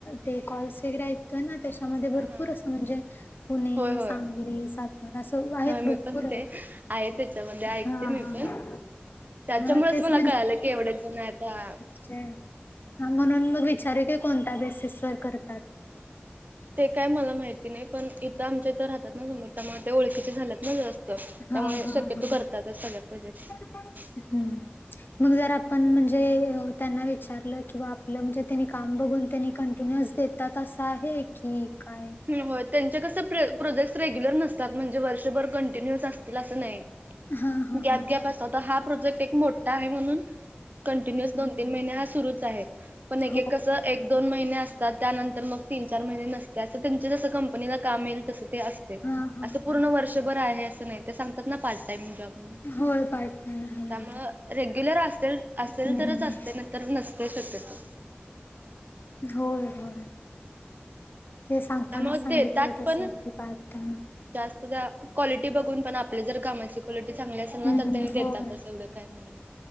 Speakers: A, on the left; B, on the right.
A: ते कॉल्स वगैरे ऐकू- ना त्याच्यामध्ये भरपूर
B: हा हा
A: असं म्हणजे पुणे,
B: होय होय
A: सांगली, सातारा असं आहेत...
B: होय
A: भरपूर
B: मी पण
A: आहेत
B: ते आहे त्याच्यामध्ये... ऐकते
A: हा
B: मी पण... त्याच्यामुळेच
A: हा तेच
B: मला कळालं की एवढे जण आहेत आता
A: चे... हा... म्हणून मग विचारुया की कोणत्या बेसेसेवर करतात
B: ते काय मला माहिती नाई... पण इथं, आमच्या इथं राहतात ना समोर... त्यामुळे ते ओळखीचे झाल्यात ना जास्त त्यामुळे
A: हा हा
B: शक्यतो
A: हा
B: करतातच सगळ्या प्रोजेक्ट मध्ये.
A: हम्म मग जर आपण... म्हणजे, त्यांना विचारलं किंवा आपलं म्हणजे... तेनी काम बघून... त्यांनी कंटिन्यूज दे तात... असं आहे की काय?
B: होय... त्यांचे कसं प्र... प्रोजेक्टस... रेग्युलर नसतात, म्हणजे वर्षभर कंटिन्युअस असतील असं नाई
A: हां, हां,
B: गॅप
A: हां.
B: गॅप असतो... हा प्रोजेक्ट एक मोठ्ठा आहे म्हणून कंटिन्युअस दोन तीन महिने हा सुरुच आहे... पण एक
A: हो.
B: एक कसं? एक दोन महिने असतात... त्यानंतर मग तीन चार महिने नसत्या... असं त्यांचे जसं कंपनीला काम येईल तसं ते असतय...
A: हां, हां.
B: असं पूर्ण वर्षभर आहे असं नाई... ते सांगतात ना... पार्ट टाइम जॉब
A: होय पार्ट टाईम आहे
B: त्यामुळं
A: म्हणतात.
B: रेग्युलर असेल... असेल
A: हम्म.
B: तरच असतयं तर नसतय शक्यतो
A: होय होय... ते सांगतानाच...
B: त्यामुळे
A: सांगितलंय
B: देतात
A: तसं
B: पण
A: की, पार्ट टाईम
B: जास्त त्या क्वालिटी बघून पण आपल्या जर कामाची क्वालिटी चांगली अस त्यांना
A: हम्म.
B: तर ते देतातच
A: होय.
B: एवढं काय नाहीये.